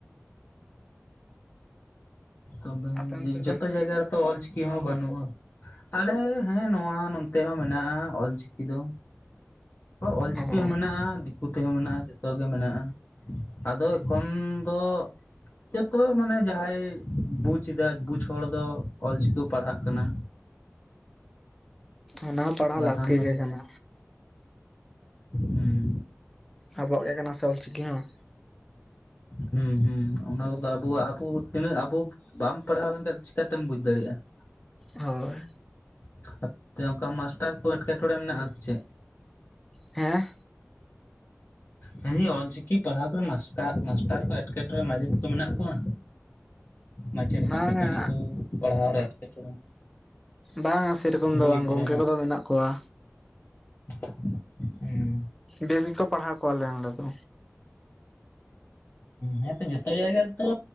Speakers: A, on the left; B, in the centre.
A: ᱛᱚᱵᱮ
B: ᱟᱯᱮ ᱚᱱᱛᱮ
A: ᱡᱚᱛᱚ
B: ᱫᱚ
A: ᱡᱟᱭᱜᱟ ᱨᱮᱛᱚ ᱚᱞᱪᱤᱠᱤ ᱦᱚᱸ ᱵᱟᱹᱱᱩᱜᱼᱟ᱾ ᱟᱞᱮ ᱦᱮᱸ ᱱᱚᱣᱟ ᱱᱚᱱᱛᱮ ᱦᱚᱸ ᱢᱮᱱᱟᱜᱼᱟ ᱚᱞᱪᱤᱠᱤ ᱫᱚ᱾ ᱚᱞᱪᱤᱠᱤ
B: ᱚ
A: ᱦᱚᱸ ᱢᱮᱱᱟᱜᱼᱟ, ᱫᱤᱠᱩ ᱯᱩᱛᱷᱤ ᱦᱚᱸ ᱢᱮᱱᱟᱜᱼᱟ, ᱡᱚᱛᱚ ᱜᱮ ᱢᱮᱱᱟᱜᱼᱟ, ᱟᱫᱚ ᱮᱠᱷᱚᱱ ᱫᱚ ᱡᱚᱛᱚᱭ ᱢᱟᱱᱮ ᱡᱟᱦᱟᱸᱭ ᱵᱩᱡᱫᱟ ᱵᱩᱡ ᱦᱚᱲ ᱫᱚ ᱚᱞᱪᱤᱠᱤ ᱯᱟᱲᱦᱟᱜ ᱠᱟᱱᱟ᱾
B: ᱚᱱᱟ ᱦᱚᱸ ᱯᱟᱲᱦᱟᱣ
A: ᱵᱟᱠᱷᱟᱱ
B: ᱞᱟᱹᱠᱛᱤ
A: ᱫᱚ
B: ᱜᱮ ᱠᱟᱱᱟ᱾
A: ᱦᱩᱸ
B: ᱟᱵᱚᱣᱟᱜ ᱜᱮ ᱠᱟᱱᱟ ᱥᱮ ᱚᱞ ᱪᱤᱠᱤ ᱦᱚᱸ᱾
A: ᱦᱮᱸ ᱦᱮᱸ ᱚᱱᱟ ᱠᱚᱫᱚ ᱟᱵᱚᱣᱟᱜ ᱟᱵᱚ ᱛᱤᱱᱟᱹᱜ ᱟᱵᱚ ᱵᱟᱢ ᱯᱟᱲᱦᱟᱣ ᱞᱮᱱᱠᱷᱟᱡ ᱪᱤᱠᱟᱛᱮᱢ ᱵᱩᱡ ᱫᱟᱲᱮᱜᱼᱟ ᱾
B: ᱦᱳᱭ᱾
A: <unintelligible> ᱚᱱᱠᱟ ᱢᱟᱥᱴᱟᱨ ᱠᱚ ᱮᱸᱴᱠᱮᱴᱚᱬᱮᱸ ᱢᱮᱱᱟᱜᱼᱟ ᱥᱮ ᱪᱮᱫ?
B: ᱦᱮᱸ?
A: ᱢᱮᱱᱫᱤᱧ ᱚᱞᱪᱤᱠᱤ ᱯᱟᱲᱦᱟᱣ ᱠᱚᱨᱮ ᱢᱟᱥᱴᱟᱨ ᱢᱟᱥᱴᱟᱨ ᱠᱚ ᱮᱸᱴᱠᱮᱴᱚᱲᱮ ᱢᱟᱪᱮᱫ ᱠᱚ ᱢᱮᱱᱟᱜ ᱠᱚᱣᱟ? ᱢᱟᱪᱮᱫ
B: ᱵᱟᱝᱟ
A: ᱢᱟᱪᱮᱛᱟᱹᱱᱤ ᱠᱚ ᱯᱟᱲᱦᱟᱣ ᱨᱮ ᱮᱴᱠᱮᱴᱚᱬᱮ
B: ᱵᱟᱝᱟ ᱥᱮᱨᱚᱠᱚᱢ ᱫᱚ
A: ᱵᱳᱭ
B: ᱵᱟᱝ
A: ᱠᱚᱨᱮᱱᱟᱜ
B: ᱜᱚᱝᱠᱮ ᱠᱚᱫᱚ ᱢᱮᱱᱟᱜ ᱠᱚᱣᱟ᱾
A: <unintelligible>
B: ᱵᱮᱥ ᱜᱮ ᱠᱚ ᱯᱟᱲᱦᱟᱣ ᱠᱚᱣᱟ ᱟᱞᱮ ᱱᱚᱰᱮ ᱫᱚ᱾
A: ᱦᱮᱸᱛᱚ ᱡᱚᱛᱚ ᱡᱟᱭᱜᱟ ᱨᱮᱛᱚ